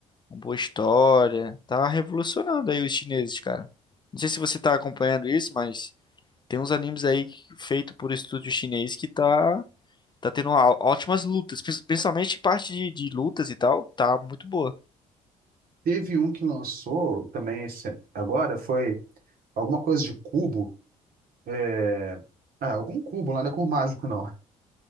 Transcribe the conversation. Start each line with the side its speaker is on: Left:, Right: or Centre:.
Left: com boa história. Tá revolucionando aí os chineses, cara. Não sei se você tá acompanhando isso, mas tem uns animes aí feito por estúdio chinês que tá, tá tendo ó- ótimas lutas, prin- principalmente parte de, de lutas e tal, tá muito boa.
Right: Teve um que lançou também esse- agora, foi alguma coisa de cubo. É... Ah, algum cubo lá, não é cubo mágico, não.